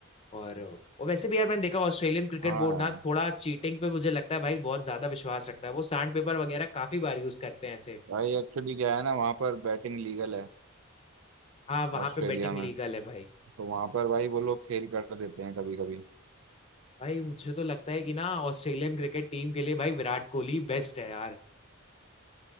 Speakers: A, on the left; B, on the right.
A: और और वैसे भी यार मैंने देखा ऑस्ट्रेलियन क्रिकेट
B: हाँ
A: बोर्ड
B: यार
A: ना थोड़ा चीटिंग पे मुझे लगता है भाई बहुत ज्यादा विश्वास रखता है वो सैंड पेपर वगैरह काफी बार यूज करते हैं ऐसे
B: भाई एक्चुअली क्या है ना वहाँ पर बैटिंग लीगल है
A: हाँ वहां
B: ऑस्ट्रेलिया
A: पे बेटिंग
B: में
A: लीगल है भाई
B: तो वहाँ पर भाई वो लोग खेल कर देते हैं कभी कभी
A: भाई मुझे तो लगता है कि ना ऑस्ट्रेलियन क्रिकेट टीम के लिए भाई विराट कोहली बेस्ट है यार